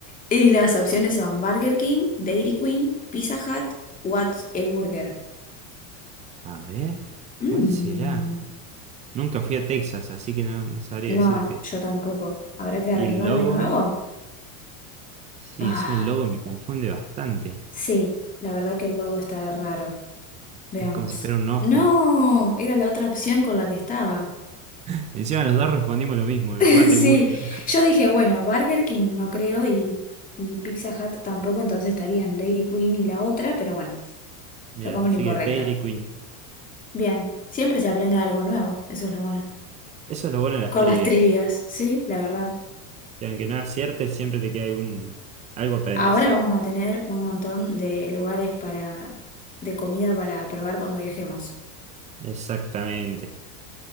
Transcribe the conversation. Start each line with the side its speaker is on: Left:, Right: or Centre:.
Left: Y las opciones son Burger King, Dairy Queen, Pizza Hut, What's a Burger.
Right: A ver,
Left: Mm,
Right: ¿cuál será? Nunca fui a Texas, así que no, no sabría
Left: no,
Right: decirte.
Left: yo tampoco. ¿Habrá que arriesgar
Right: Y el logo,
Left: de nuevo?
Right: sí,
Left: Ah,
Right: encima el logo me confunde bastante.
Left: sí, la verdad que el logo está raro. Veamos.
Right: Es como si fuera un ojo.
Left: No, era la otra opción con la que estaba.
Right: <laughs> Encima los dos respondimos lo mismo, el
Left: <laughs>
Right: Whataburger.
Left: Sí, yo dije, bueno, Burger King no creo y, y Pizza Hut tampoco, entonces estarían Dairy Queen y la otra, pero bueno,
Right: Mira,
Left: tocamos
Right: así
Left: la incorrecta.
Right: que Dairy Queen.
Left: Bien, siempre se aprende algo nuevo, eso es lo bueno.
Right: Eso es lo bueno de las
Left: Con
Right: trivias.
Left: las trivias, sí, la verdad.
Right: Que aunque no aciertes, siempre te queda algún... algo aprendes.
Left: Ahora vamos a tener un montón de lugares para, de comida para probar cuando viajemos.
Right: Exactamente.